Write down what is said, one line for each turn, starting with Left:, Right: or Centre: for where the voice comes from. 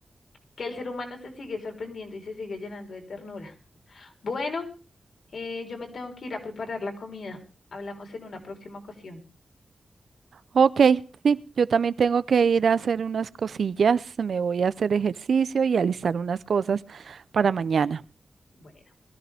Left: que el ser humano se sigue sorprendiendo y se sigue llenando de ternura. Bueno, eh, yo me tengo que ir a preparar la comida. Hablamos en una próxima ocasión.
Right: Ok, sí, yo también tengo que ir a hacer unas cosillas, me voy a hacer ejercicio y alistar unas cosas para mañana.
Left: Bueno.